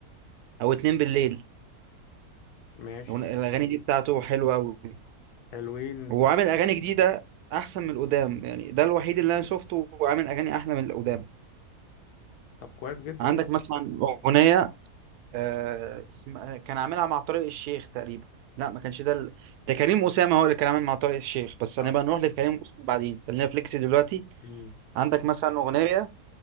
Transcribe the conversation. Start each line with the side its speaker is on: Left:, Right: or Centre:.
Right: أو اتنين بالليل
Left: ماشي
Right: الأغن- الأغاني دي بتاعته حلوة أوي
Left: حلوين نسمع
Right: وعامل أغاني جديدة أحسن من القدام يعني ده الوحيد اللي أنا شفته وعامل أغاني أحلى من القدام
Left: طب كويس جدا
Right: عندك
Left: ماشي.
Right: مثلا أغنية آه اسم... كان عاملها مع طارق الشيخ تقريبا لا ما كانش ده ال... ده كريم أسامة هو اللي كان عامل مع طارق الشيخ بس
Left: اه
Right: هنبقى نروح لكريم أسامة بعدين خلينا فليكس دلوقتي
Left: مم.
Right: عندك مثلا أغنية